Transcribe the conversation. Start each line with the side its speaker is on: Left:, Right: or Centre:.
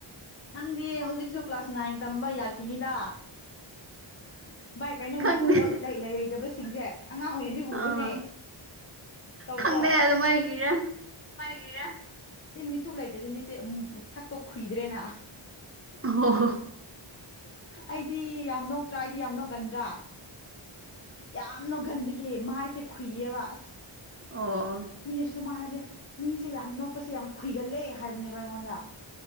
Left: ꯅꯪꯗꯤ ꯍꯧꯖꯤꯛꯁꯨ ꯀ꯭ꯂꯥꯁ ꯅꯥꯏꯟ ꯇꯝꯕ ꯌꯥꯒꯦ ꯒꯤꯅꯤꯗ ꯚꯥꯏ ꯀꯩꯅꯣ
Right: ꯈꯪꯗꯦ
Left: ꯃꯤꯊꯨꯞꯂꯣ ꯂꯩ ꯂꯩꯗꯕꯁꯤꯡꯁꯦ ꯑꯉꯥꯡ ꯑꯣꯏꯅꯗꯤ ꯎꯕꯅꯦ
Right: ꯑꯥ
Left: ꯇꯧꯗ꯭ꯔꯣ
Right: ꯈꯪꯗꯦ ꯑꯗꯨꯃꯥꯏꯒꯤꯔ
Left: ꯒꯤꯔ ꯁꯤ ꯃꯤꯊꯨꯞ ꯂꯩꯇ꯭ꯔꯗꯤ ꯃꯤꯠꯇꯦ ꯁꯛꯇꯣ ꯈꯨꯨꯏꯗ꯭ꯔꯦꯅ
Right: ꯍ ꯍꯣ
Left: ꯑꯩꯗꯤ ꯌꯥꯝ ꯅꯣꯛꯇ꯭ꯔꯥ ꯑꯩꯗꯤ ꯌꯥꯝ ꯅꯣꯛꯀꯟꯗ꯭ꯔꯥ ꯌꯥꯝ ꯅꯣꯛꯀꯟꯕꯒꯤ ꯃꯥꯏꯁꯦ ꯈꯨꯨꯏꯌꯦꯕ ꯑꯁ
Right: ꯑꯣ
Left: ꯃꯤꯅꯁꯨ ꯑꯗꯨꯝꯃꯥꯏ ꯍꯥꯏꯕꯅꯦ ꯃꯤꯁꯦ ꯌꯥꯝ ꯅꯣꯛꯄꯁꯦ ꯌꯥꯝ ꯈꯨꯏꯒꯜꯂꯦ ꯍꯥꯏꯕꯅꯦꯕ ꯑꯩꯉꯣꯟꯗ